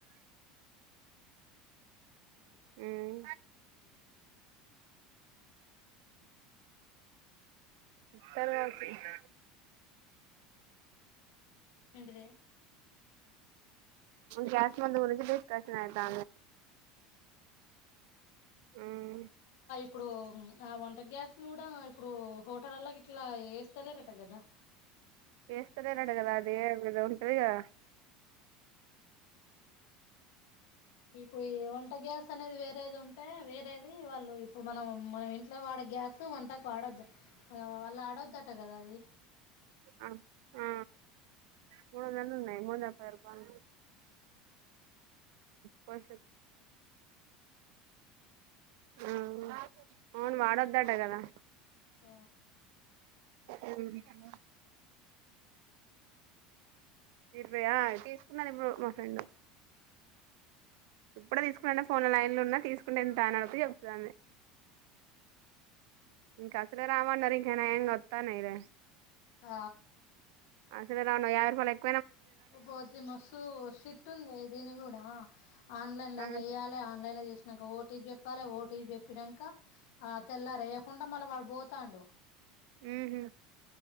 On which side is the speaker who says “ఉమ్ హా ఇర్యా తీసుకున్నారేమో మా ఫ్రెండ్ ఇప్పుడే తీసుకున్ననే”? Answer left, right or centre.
Right